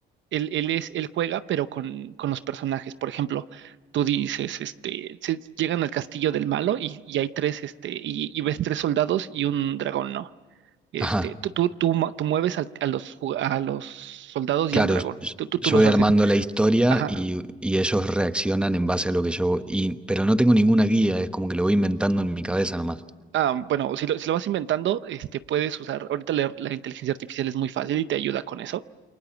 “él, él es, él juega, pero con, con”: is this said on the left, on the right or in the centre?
Right